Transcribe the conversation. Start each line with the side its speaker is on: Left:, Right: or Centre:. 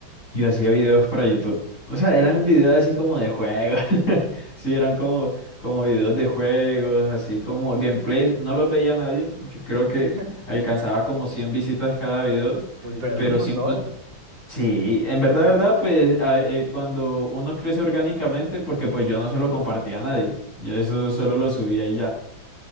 Left: yo hacía videos para YouTube. O sea, eran videos así como de juegos. <laughs> Sí, eran como, como videos de juegos, así como gameplays. No los veía nadie. Yo creo que
Right: <laughs>
Left: alcanzaba como 100 visitas cada video.
Right: Uy, pero
Left: Pero
Right: es un montón.
Left: sí, Sí, en verdad, verdad, pues a- eh, cuando uno crece orgánicamente, porque pues yo no se lo compartía a nadie, yo eso solo lo subía y ya.